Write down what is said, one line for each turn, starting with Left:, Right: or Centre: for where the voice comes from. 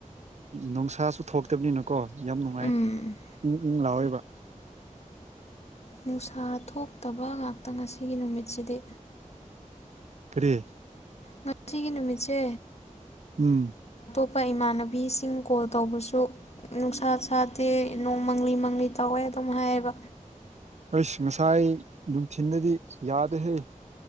Right: ꯅꯨꯡꯁꯥꯁꯨ ꯊꯣꯛꯇꯕꯅꯤꯅꯀꯣ ꯌꯥꯝ ꯅꯨꯡꯉꯥꯏ
Left: ꯎꯝ
Right: ꯎꯝ ꯎꯝ ꯂꯑꯣꯣꯏꯕ
Left: ꯅꯨꯡꯁꯥ ꯊꯣꯛꯇꯕ ꯉꯥꯛꯇ ꯉꯁꯤꯒꯤ ꯅꯨꯃꯤꯠꯁꯤꯗꯤ
Right: ꯇꯦ
Left: ꯉꯁꯤꯒꯤ ꯅꯨꯃꯤꯠꯁꯦ
Right: ꯎꯝ
Left: ꯑꯇꯣꯞꯄ ꯏꯃꯥꯟꯅꯕꯤꯁꯤꯡ ꯀꯣꯜ ꯇꯧꯕꯁꯨ ꯅꯨꯡꯁꯥ ꯁꯥꯗꯦ ꯅꯣꯡ ꯃꯪꯂꯤ ꯃꯪꯂꯤ ꯇꯧꯋꯦ ꯑꯗꯨꯝ ꯍꯥꯏꯌꯦꯕ
Right: ꯑꯩꯁ ꯉꯁꯥꯏ ꯅꯨꯡꯊꯤꯤꯟꯗꯗꯤ ꯌꯥꯗꯦꯍꯦ